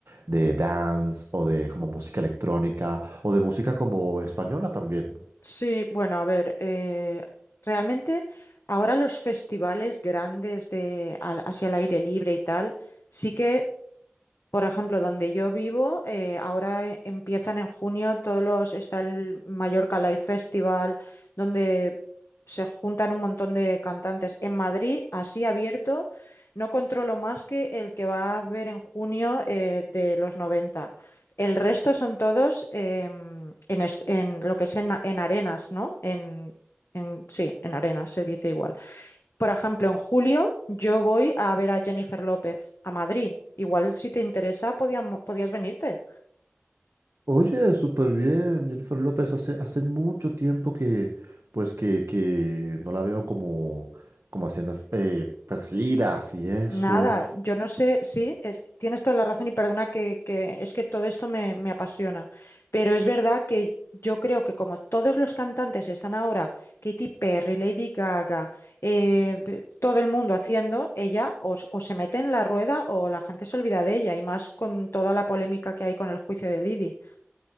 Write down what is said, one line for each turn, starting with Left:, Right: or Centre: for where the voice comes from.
Right: de dance o de como música electrónica o de música como española también?
Left: Sí, bueno, a ver, eh, realmente ahora los festivales grandes de al- hacia el aire libre y tal, sí que Por ejemplo, donde yo vivo, eh, ahora e- empiezan en junio todos los, está el Mallorca Live Festival, donde se juntan un montón de cantantes. En Madrid, así abierto, no controlo más que el que va a ver en junio eh, de los 90. El resto son todos em, en, es- en lo que es en, en arenas, ¿no? En, en, sí, en arenas se dice igual. Por ejemplo, en julio yo voy a ver a Jennifer López a Madrid. Igual si te interesa, podíamo- podías venirte.
Right: Oye, súper bien, Jennifer López. Hace, hace mucho tiempo que, pues, que, que no la veo como, como haciendo eh, pues, giras y eso.
Left: Nada, yo no sé, sí, es- tienes toda la razón y perdona que, que es que todo esto me, me apasiona, pero es verdad que yo creo que como todos los cantantes están ahora, Katy Perry, Lady Gaga, eh, b- todo el mundo haciendo, ella os- o se mete en la rueda o la gente se olvida de ella y más con toda la polémica que hay con el juicio de Didi.